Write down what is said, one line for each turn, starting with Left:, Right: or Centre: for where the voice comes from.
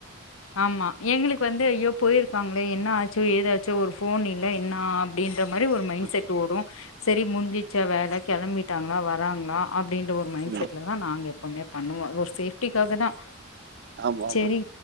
Left: ஆமா எங்களுக் வந்து யோ போயிருக்காங்ளே என்ன ஆச்சோ ஏதாச்சோ ஒரு ஃபோன் இல்ல என்னா அப்டின் இந்த மாரி ஒரு மைண்ட்
Right: ஓகே
Left: செட் ஓடும் சரி முஞ்சிச்சா வேலை கிளம்பிட் ட்டாங்களா வராங்களா அ ப்படின்ற ஒரு மைண்ட்
Right: ம்
Left: செட்ல தான் நாங்கப் எப்பவுமே பண்ணுவா ஒரு சேஃப்டிக்காக தான்
Right: ஆமா ஆமா
Left: சரி